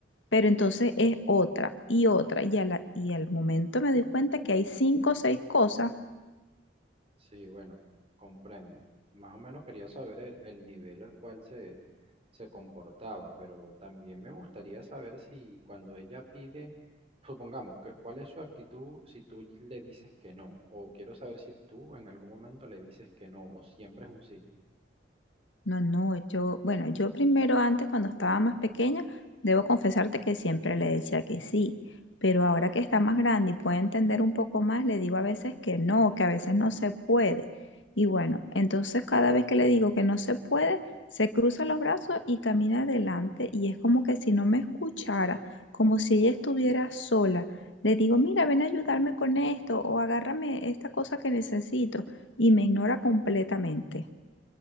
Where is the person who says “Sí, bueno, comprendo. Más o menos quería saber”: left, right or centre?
Right